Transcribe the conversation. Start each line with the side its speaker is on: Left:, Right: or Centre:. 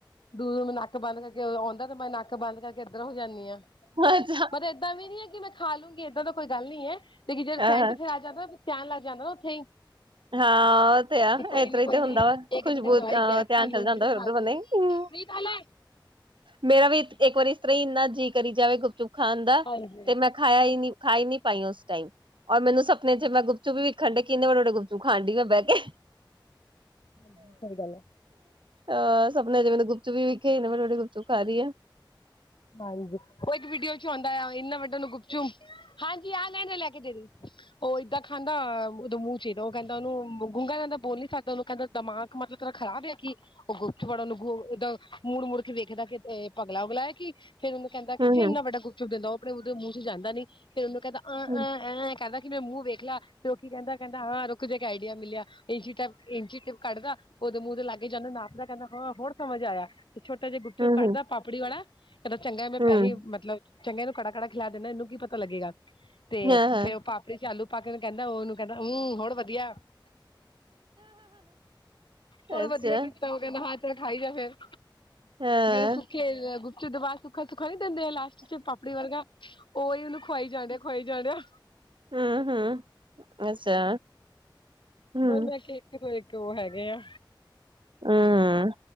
Left: ਦੂਰ ਮੈਂ ਨੱਕ ਬੰਦ ਕਰਕੇ ਆਉਂਦਾ ਤੇ ਮੈਂ ਨੱਕ ਬੰਦ ਕਰਕੇ ਇੱਧਰ ਹੋ ਜਾਂਦੀ ਹਾਂ
Right: ਅੱਛਾ
Left: ਮਲਬ ਏਦਾਂ ਵੀ ਨੀ ਹੈ ਕਿ ਮੈਂ ਖਾ ਲੂੰਗੀ ਇਏਦਾਂ ਤਾਂ ਕੋਈ ਗੱਲ ਨੀ ਹੈ ਲੇਕਿ ਜਿਹੜਾ
Right: ਅ
Left: ਸੈਂਟ ਫਿਰ ਜਾਂਦਾ ਚਣ ਲੱਗ ਜਾਂਦਾ ਨਾ ਉੱਥੇ
Right: ਹਾਂ ਉਹ ਤੇ ਆ
Left: ਹੀ ਕੋਈ
Right: ਇਤਰਾ
Left: ਨੀ ਕੋਈ
Right: ਤੇ ਹੁੰਦਾ
Left: ਨੀ
Right: ਵਾ
Left: ਇੱਕ
Right: ਖੁਸ਼ਬੂ
Left: ਦੋ ਦਿਨ ਦਵਈ
Right: ਅ
Left: ਗੈਪ
Right: ਧਿਆਨ
Left: ਕਰ ਲਉਗੀ
Right: ਚੱਲ ਜਾਂਦਾ ਫਿਰ
Left: ਖਾ
Right: ਉਧਰ
Left: ਲਗੀ
Right: ਬੰਨੇ ਹਮ,
Left: ਨਹੀਂ ਤਾਂ ਲੈ <unintelligible>
Right: ਮੇਰਾ ਵੀ ਇੱਕ ਵਾਰੀ ਇਸ ਤਰ੍ਹਾਂ ਹੀ ਇੰਨਾ ਜੀਅ ਕਰੀ ਜਾਵੇ ਗੁਪਚੁਪ ਖਾਨ ਦਾ
Left: ਹਾਂਜੀ
Right: ਤੇ ਮੈਂ ਖਾਇਆ ਹੀ ਨਹੀਂੀ ਖਾਈ ਨੀ ਪਾਈ ਉਸ ਟਾਈਮ ਔਰ ਮੈਨੂੰ ਸਪਨੇ ਮੈਂ ਗੁਪੁ ਵੀ ਵੇਣ ਡ ਕਿੰਨੇਡੇ ਵਡੇੁਪੂ ਤੂੰ ਖਾਂ ਡ ਮੈਂ ਬਹਿ ਕੇ
Left: ਹਾਂਜੀ ਸਹੀ ਗੱਲ ਹੈ
Right: ਹ ਸਪਨੇ ਜਿ ਮਨੂੰ ਗੁਪਚੁ ਵੀ ਵੇਖੇ ਹੀ ਨੇ ਮੈਂ ਤੁਹਾਡੀੀ ਗੁਪ ਚੁ ਖਾ ਰਹੀ ਆ
Left: ਹਾਂਜੀ ਉਹ ਇੱਕ ਵੀਡੀਓ ਚ ਆਉਂਦਾ ਆ ਇਨਾ ਵੱਡਾ ਨ ਗੁਪ ਚੁ ਹਾਂਜੀ ਆ ਲ ਲੈ ਕੇ ਦੇਰੀ ਉਹ ਏਦਾਂ ਖਾਂਦਾ ਉਹਦੋਂ ਮੂੰਹ ਚਾਹੀਦਾ ਉਹ ਕਹਿੰਦਾ ਉਹਨੂੰ ਗੂੰਗਾ ਲਿੰਦਾ ਬੋਲ ਨੀ ਸਕਦਾ ਉਹਨੂੰ ਕਹਿੰਦਾ ਦਿਮਾਕ ਮਤਲਬ ਕਿਰਾ ਖਰਾਬ ਆ ਕੀ ਉਹ ਗੁਪਤਵਾੜਾ ਨੂੰ ਮ ਮੁੜ ਮੁੜ ਕੇ ਵੇਖਦਾ ਕਿ ਪਗਲਾ ਉਗਲਾ ਹੈ ਕਿ ਫੇ ਉਹਨ ਕਹਿੰਦਾ
Right: ਹੂੰ
Left: ਫਿਰੰ
Right: ਹੂੰ
Left: ਵੱਾ ਗੁਪੁਪਿੰਦਾ ਉਹ ਆਪਣੇ ਉਹਦੇ ਮੂੰਹ ਚ ਜਾਂਦਾ ਨਹੀਂ ਫਿਰ ਉਹਨ ਕਹਿੰਦਾ ਅ
Right: ਹੂੰ
Left: ਅ ਕਦ ਕਿਿੰ ਮੈਂ ਮੂੰ ਬਖ ਖਲਾ ਕਹਿੰਦਾ ਕਹਿੰਦਾ ਹ ਰੁ ਆਈਡੀਆ ਮਿਲਿਆ ਇ ਇੰਟਿਪ ਕੱਢਦਾ ਉਹਦੇ ਮੂੰਹ ਤੇ ਲਾਗੇ ਜਾਂਦੇ ਨਾਪ ਦਾ ਕਹਿੰਦਾ ਹਾਂ ਹੋਰ ਸਮਝ ਆਇਆ ਛੋਟਾ ਜਿਹਾ ਚੁੱਕ
Right: ਹੂੰ
Left: ਕੱਢਦਾ ਪਾਪੜੀ ਵਾਲਾ ਫਿਰ ਚੰਗਾ ਮੈਂ
Right: ਹੂੰ
Left: ਪੈਸੇ ਮਤਲਬ ਚੰਗੇ ਇਹ ਨੂੰ ਕੜਾ ਕੜਾ ਖਿਲਾ ਦਿੰਦਾ ਇਹਨੂੰ ਕੀ ਪਤਾ ਲੱਗੇਗਾ ਤੇ
Right: ਹਾਂ ਹਾਂ
Left: ਫੇਰ ਉਹ ਪਾਪ ਵਿੱਚ ਆਲੂ ਪਾ ਕੇ ਕਹਿੰਦਾ ਉਹਨੂੰ ਕਹਿੰਦਾ ਹਮਮ ਹਣ ਵਧੀਆ ਹੋਣ
Right: ਅੱਛਾ
Left: ਵਧੀਆ ਕੀਤਾ ਉਹ ਕਹ ਨਹਾ ਚੜ ਖਾਈ ਜਾ ਫੇਿਰ
Right: ਹਾਂ,
Left: ਜਿਹੜੇ ਸੁੱਖੇ ਗੁਪਚੂ ਦਬਾ ਸੁ ਸੁੱਕਾ ਨਈਂ ਦਿੰਦੇ ਆ ਲਾਸਟ ਚ ਪਾਪੜੀ ਵਰਗਾ ਉਹੀ ਉਹਨੂੰ ਖੁਆਈ ਜਾਂਦੇ ਖੁਆਈ ਜਾਂਦੇ ਆ
Right: ਹਮ ਹਮ ਅੱਛਾ ਹੂੰ,
Left: ਮੈਂ ਕਿਹਾ ਇਥੇ ਇੱਕ ਉਹ ਹੈਗੇ ਆ
Right: ਹੂੰ,